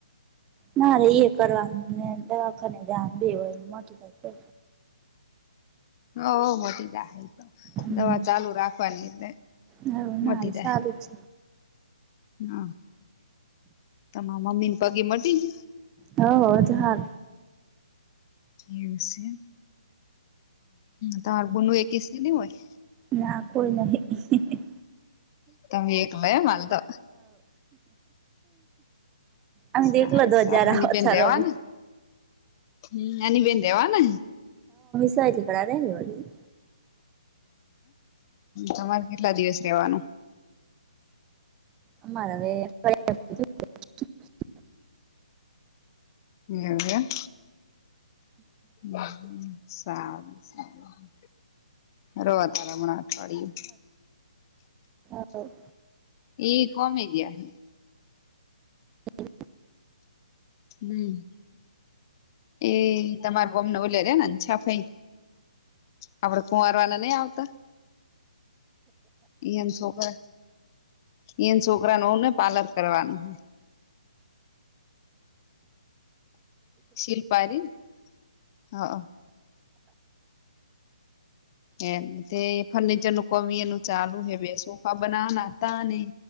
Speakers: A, on the right; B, on the left.
A: ના ર એ કરવાનું દવાખને. બે હોય મોટી થાય છે.
B: હ. ટી દ તો
A: હમ
B: દવા ચાલુ રાખવાની એટલે,
A: હવ
B: મોટી
A: ના
B: દાય.
A: સારું છે
B: હા તમા મમ્મીને પગે મટી ગયા?
A: હ હો જ હાલ.
B: એવુ છે, તમાર બુ એક છે ન હોય?
A: ના કોઈ નહી.
B: તમે એકલો એ માલ તો.
A: અ
B: સારું
A: દલો
B: સારું
A: દજાર આવથવે
B: હની બેન રેવાના
A: <unintelligible>
B: હમ એની બેન દેવા ને.
A: થીક રી <unintelligible>
B: તમારે કેટલા દિવસ રેવાનું?
A: અમારે <unintelligible>
B: એવું એમ. હ સારું સારું રોજ. તારા મના અઠવાડિયયો.
A: ઓ.
B: એ કોમ હ ગયા.
A: હ. <inaudible>
B: હમ. એ તમાર બમને ઓલે રે ને છા ભાઈ. આપડે કુંવારવાને નહ આવતા, એમ છો કર એ છોકરા ન હોવું ને પાર્લર કરવાનું. સીલપારી, હા. એ તે ફર્નિચર નું કમી એનું ચાલુ હવે સોફા બનાવના તા ને